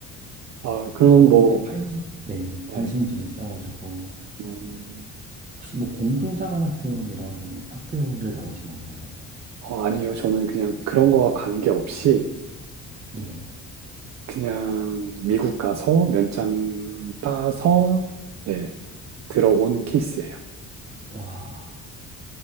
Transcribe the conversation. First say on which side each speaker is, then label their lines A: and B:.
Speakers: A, on the right (about 50°); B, on the right (about 25°).
A: 아, 그럼
B: <laughs> 저도
A: 뭐,
B: 한때 파일럿, 네,
A: 네.
B: 관심이 좀 있어가지고.
A: 음,
B: 혹시 뭐 공군사관학교 이런 학교를 나오신 건가요?
A: 어, 아니요. 저는 그냥 그런 거와 관계없이
B: 예.
A: 그냥 미국 가서 면장 따서 네, 들어온 케이스예요.
B: 와,